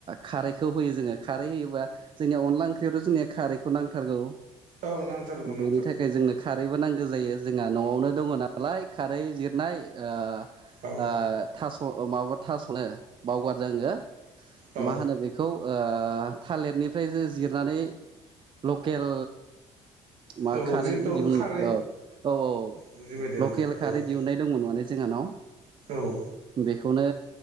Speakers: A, on the right (about 40°); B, on the right (about 70°).
A: खारैखौ होयो जोङो खारै होयोबा जोंनिया अनला ओंख्रियावथ' जोंनि खारैखौ नांथारगौ।
B: औ नांथारगौ
A: बेनि
B: नांथारगौ
A: थाखाय जोंनो खारैबो नांगौ। जायो जोंना न'आवनो दङ नालाय खारै जिरनाय ओ
B: औ
A: ओ थास'। ओ माबा थास'नो बावगारदो आङो
B: औ
A: मा होनो बेखौ। ओ थालिरनिफ्राय जो जिरनानै लकेल। मा
B: औ
A: खारै
B: जिहेथु
A: दिहुन
B: खारै
A: औ औ।
B: बुजिबाय दे
A: लकेल
B: नोंथां
A: खारै
B: औ
A: दिहुननाय दंमोन माने जोंहानाव
B: औ
A: बेखौनो